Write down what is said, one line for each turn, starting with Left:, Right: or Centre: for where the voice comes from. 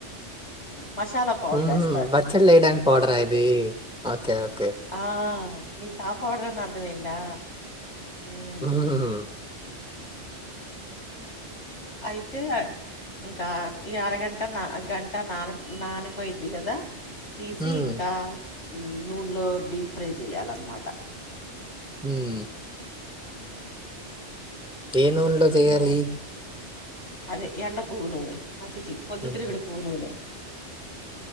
Left: మసాలా పౌడర్
Centre: హుహు.
Left: వేస్తారు
Centre: పచ్చళ్ళేయడానికి పౌడరా ఇది? ఓకే. ఓకే.
Left: ఆ మిక్ కాపాడరని అర్థమైందా ఉమ్
Centre: హ్మ్మ్
Left: అయితే ఇంకా ఈ అరగంట నా గంట నాని నానిపోయిద్ది కదా తీసి
Centre: హ్మ్.
Left: ఇంకా నూనెలో డిప్ఫ్రై చేయాలన్నమాట
Centre: ఉమ్ ఏ నున్లో చేయాలి
Left: నూ అదే ఎండ పువ్వు నూనె ఆ ఛీఛీ పొందుతిరుగుడ్
Centre: హ్మ్.
Left: పువ్ నూనె